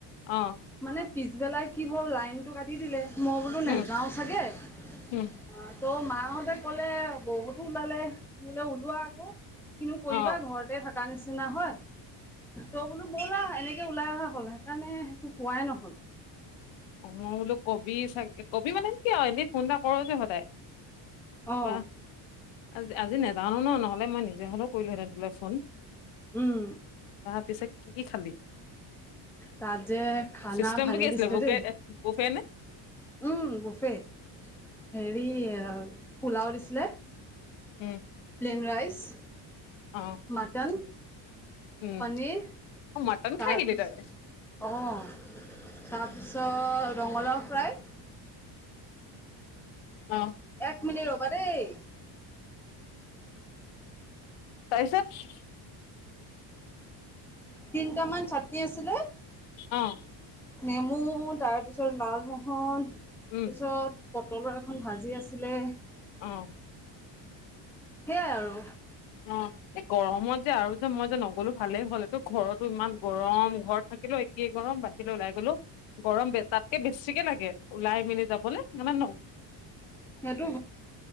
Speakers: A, on the left; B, in the centre.
A: অ
B: মানে পিছবেলাই কি হ'ল লাইনটো কাটি দিলে মই বোলো নাযাওঁ
A: উম
B: চাগে
A: উম
B: তৌ মাহঁতে কলে বৌহতো ওলালে বোলে ওলোৱা ক কিনো কৰিবা
A: অ
B: ঘৰতে থকা নিচিনা হয় ত বোলো ব'লা এনেকে ওলাই অহা হ'ল সেইকাৰণে তোক কোৱাই নহল
A: অ মই বোলো কবি চাগে কবি মানে কি আৰু এনেই ফোন এটা কৰ যে সদায় তাৰপৰা
B: অ
A: আজি আজি নেজানো ন নহলে মই নিজে হলো কৰিলোহেঁতেন তোলে ফোন
B: উম
A: তাৰ পিছত কি কি খালি
B: তাত যে খানা
A: চিষ্টেমটো
B: ভালে
A: কি আছিলে
B: দিছিলে
A: বুকে
B: দেই
A: বুফে নে
B: উম বফে হেৰি পোলাও দিছিলে
A: উম
B: প্লেন ৰাইচ
A: অ
B: মাটন
A: উম
B: পনীৰ
A: অ মটন খাই
B: তাৰপিছ
A: আহিলি তই
B: অ ত তাৰপিছত ৰঙালাও ফ্ৰাই
A: অ
B: এক মিনিট ৰবা দেই
A: তাৰপিছত
B: তিনটামান চাটনি আছিলে
A: অঁ
B: নেমু তাৰপিছত লালমোহন তাৰপিছত
A: উম
B: তলৰ এখন ভাজি আছিলে
A: আহঁ
B: সেইয়াই আৰু
A: অঁ গৰমত যে আৰু যে মই যে নগলো ভালেই হ'লটো ঘৰতো ইমান গৰম ঘৰত থাকিলো একেই গৰম বাহিৰলে ওলাই গলো গৰম বে তাতকে বেছিকে লাগে ওলাই মেলি যাবলৈ মানে
B: সেইটো